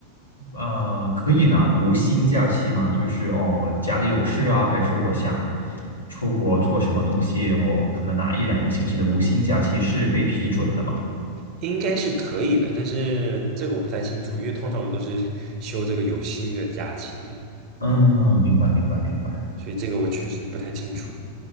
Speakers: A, on the left; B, on the right.
A: 呃可以拿无薪假期吗？就是哦，我家里有事啊，还是我想。出国做什么东西，我可能拿一两个星期的无薪假期是被批准的嘛。
B: 应该是可以的。但是这个我不太清楚，因为通常我们都是休这个有薪的假期，
A: 嗯，明白，明白，明白。
B: 所以这个我确实不太清楚。